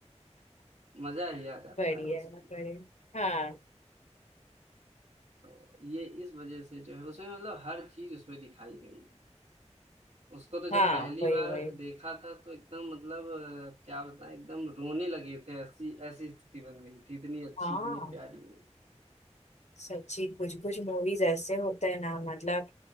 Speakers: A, on the right; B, on the left.
A: है मजा ही आ जाता
B: बढ़िया
A: है उसकी
B: बढ़िया हाँ
A: तो ये इस वजह से जो है उसमें मतलब हर चीज उसमें दिखाई गई है उसको तो जब
B: हाँ
A: पहली
B: वही
A: बार
B: वही
A: देखा था तो एकदम मतलब अ, क्या बताएं एकदम रोने लगे थे ऐसी ऐसी स्थिति बन गई थी इतनी अच्छी
B: हाँ
A: इतनी प्यारी मूवी।
B: सच्ची कुछ कुछ मूवीज ऐसे होते हैं ना मतलब